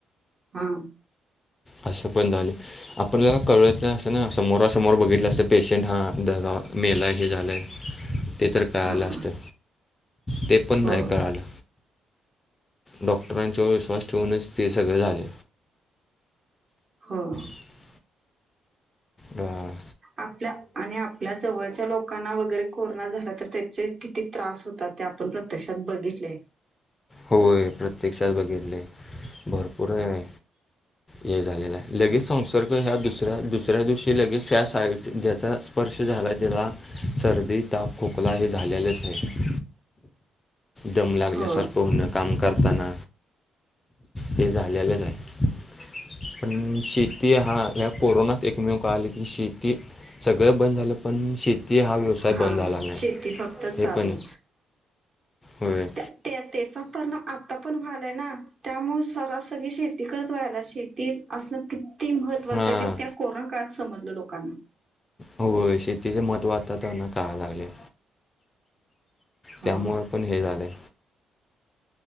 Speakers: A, on the right (about 40°); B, on the left (about 25°).
A: हा.
B: असं पण झालं. आपण ज कळतलं नसतं ना समोरासमोर बघितलं असत पेशंट हा दगा मेलाय हे झालंय.
A: <inaudible>
B: ते तर कळालं
A: हा हा
B: असतं, ते पण
A: हो
B: नाही कळालं. डॉक्टरांच्यावर विश्वास ठिवूनच ते सगळं झालं.
A: हं.
B: <inaudible> हां
A: आपल्या, आणी आपल्या जवळच्या लोका कांना वगैरे कोरोना झाला तर त्याचे किती त्रास होतात, ते आपण प्रत्यक्षात बघितलेय.
B: होय प्रत्यक्षात बघितलय,, भरपूर आह
A: <inaudible>
B: हे झालेलं आहे, लगेच संसर्ग ह्या दुसऱ्या दुसऱ्या दिवशी लगेच त्या साईड ज्याचा स्पर्श झालाय त्याला, सर्दी ताप खोकला हे झालेलेच आहे. दम लागल्या
A: हो
B: सारखं होणं काम करताना, हे झालेलंच आहे. पण शेती हा,, ह्या कोरोनात एकमेव कळालं की शेती. सगळं बंद झालं,, पण शेती हा व्यवसाय
A: हा
B: बंद झाला नाही,
A: शेती फक्त चालू
B: ते पण होय‌.
A: त्या त्या त्याचा परिणाम आप आता पण व्हालाय ना,, त्यामुळं सरास सगळी शेती कडंच वळाल्या, शेती असणं कि ती महत्वाचं
B: हां
A: आहे ते त्या कोरोना काळात समजलं लोकांना.
B: हो शेतीचं महत्व आता त्यांना कळा लागलय.
A: हा
B: त्यामुळं पण हे झालय.